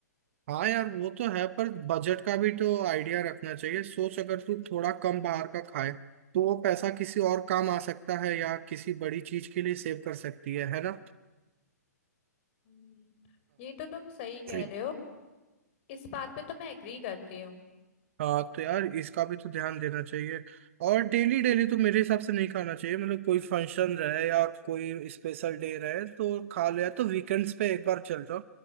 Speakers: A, on the right; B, on the left.
A: हाँ यार वो तो है पर बजट का भी तो आइडिया रखना चाहिए सोच अगर तू थोड़ा कम बाहर का खाए तो वो पैसा किसी और काम आ सकता है या किसी बड़ी चीज के लिए सेव कर सकती है है ना
B: हम्म, ये तो तुम सही कह
A: हाँ
B: रहे हो इस बात पे तो मैं एग्री करती हूँ
A: हाँ तो यार इसका भी तो ध्यान देना चाहिए और डेली डेली तो मेरे हिसाब से नहीं खाना चाहिए मतलब कोई फंक्शन रहे या कोई स्पेशल डे रहे तो खा लिया तो वीकेंड्स पे एक बार चल जाओ